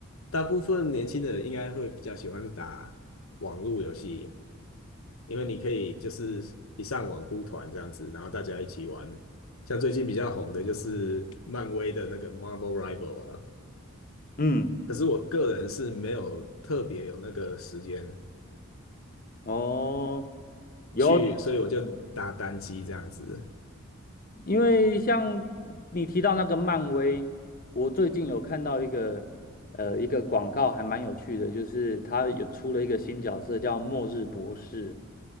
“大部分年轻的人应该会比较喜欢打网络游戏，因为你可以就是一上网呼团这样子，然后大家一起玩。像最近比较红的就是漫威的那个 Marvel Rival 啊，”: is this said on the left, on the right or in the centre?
Left